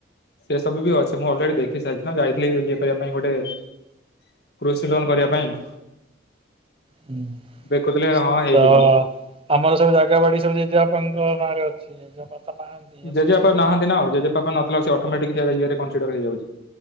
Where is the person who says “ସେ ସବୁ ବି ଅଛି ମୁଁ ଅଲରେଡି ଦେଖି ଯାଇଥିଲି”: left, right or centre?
Left